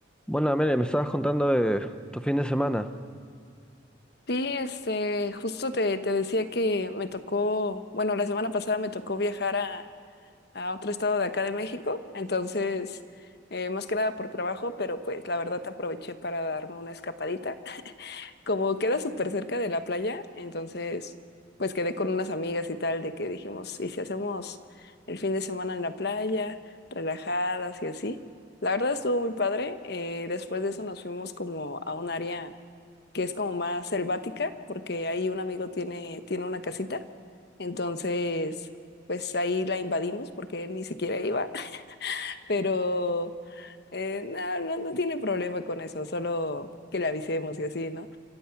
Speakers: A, in the centre; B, on the left (about 55°).
A: Bueno, Amelia, me estabas contando de tu fin de semana,
B: Sí, este, justo te, te decía que me tocó, bueno, la semana pasada me tocó viajar a, a otro estado de acá de México, entonces, eh, más que nada por trabajo, pero pues la verdad te aproveché para darme una escapadita. <laughs> Como queda súper cerca de la playa, entonces, pues quedé con unas amigas y tal, de que dijimos, ¿y si hacemos el fin de semana en la playa, relajadas y así? La verdad estuvo muy padre, eh, después de eso nos fuimos como a un área que es como más selvática, porque ahí un amigo tiene, tiene una casita, entonces pues ahí la invadimos porque él ni siquiera iba, <laughs> pero eh, no, no, no tiene problema con eso, solo que le avisemos y así, ¿no?